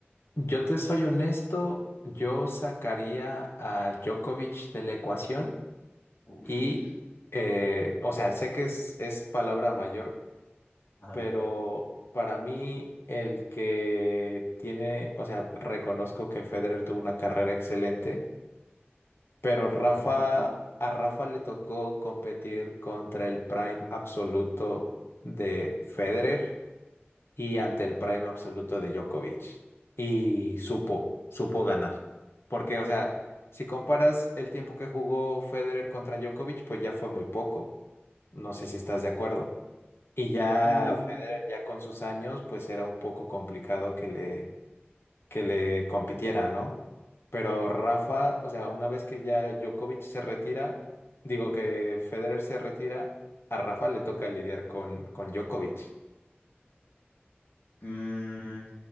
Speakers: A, on the left; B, on the left.
A: yo te soy honesto, yo sacaría a Djokovic de la ecuación
B: Uf.
A: Y, eh, o sea, sé que es, es palabra mayor,
B: Ajá.
A: pero para mí el que tiene, o sea, reconozco que Federer tuvo una carrera excelente, pero Rafa,
B: Ujú.
A: a Rafa le tocó competir contra el prime absoluto de Federer y ante el prime absoluto de Djokovic. Y supo, supo ganar. Porque, o sea, si comparas el tiempo que jugó Federer contra Djokovic, pues ya fue muy poco. No sé si estás de acuerdo. Y ya
B: Mm,
A: Federer, ya con sus años, pues era un poco complicado que le, que le compitiera, ¿no? Pero Rafa, o sea, una vez que ya Djokovic se retira, digo que Federer se retira, a Rafa le toca lidiar con, con Djokovic.
B: mm,